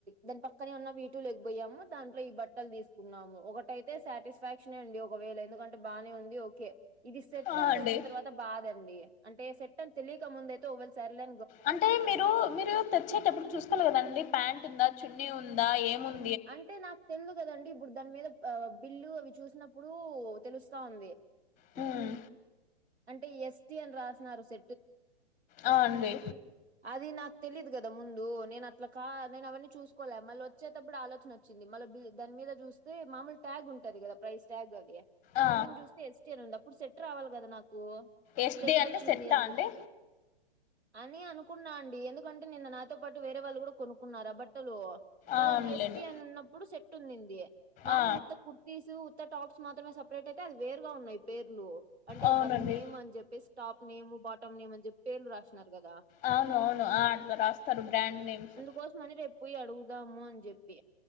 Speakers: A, on the right; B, on the left.
A: దాని పక్కనే ఉన్న వీటులు పోయాము దాంట్లో ఈ బట్టలు తీ కున్నాము ఒకటైతే సాటిస్ఫాక్షన్ అండి ఒకవేళ ఎందుకంటే బానే ఉంది ఓకే ఇది సెట్టని
B: ఆ అండి
A: తెలిసిన తర్వాత బాదండి అంటే సెట్టని తెలియక ముందయితే ఒకవేళ సర్లే
B: అంటే మీరు మీరు తెచ్చేటప్పుడు చూసుకోవాలి కదండి ప్యాంట్ ఉందా చున్నీ ఉందా ఏముం
A: అంటే నాకు తెలిదు కదండి ఇప్పుడు దాన్ మీద బిల్లు అవి చూసినప్పుడు తెలుస్తా ఉంది
B: హ్మ్.
A: అంటే ఎస్టీ అన్ రాసినారు <unintelligible>
B: అ అండి
A: అది నాకు తెలీయదు కదా ముందు నేను అట్లా కాద్ నేను అవన్నీ చూసుకోలే మళ్ళో వచ్చేటప్పుడు ఆలోచన వచ్చింది మళ్ళీ దని మీద చూస్తే మామూలు ట్యాగ్ ఉంటుంది కదా ప్రైస్ ట్యాగ్ అది
B: ఆ
A: దాని మీద చూస్తే ఎస్యర్ ఉంది అప్పుడు సెట్ రావాలి కదా నాకు
B: ఎస్డి
A: ఇట్లా ఎట్లా
B: అంటే
A: వచ్చింది
B: సెట్టా
A: అని
B: అండి
A: చెప్పి అని అనుకున్నా అండి ఎందుకంటే నిన్న నాతో పాటు వేరే వాళ్ళు కూడా కొనుక్కున్నారా బట్టలు వాళ్ళకు
B: అవునులేండి
A: ఎస్టీ అని ఉన్నప్పుడు సెట్టు ఉండింది మామూలు
B: ఆ
A: ఉత్త క్ కుర్తీస్ ఉత్త టాప్స్ మాత్రమే సప్రేట్ అయితే అది వేరుగా ఉన్నాయి పేర్లు అంటే
B: అవునండి
A: దాని నేమ్ అని చెప్పేసి టాప్ నేమ్ బాటమ్ నేమ్ అని చెప్పి పేర్లు రాసినన్నారు కదా
B: అవును అవును అట్ల రాస్తారు బ్రాండ్ నేమ్స్
A: కోసమని రేప్ పొయి అడుగుదాము అని చెప్పి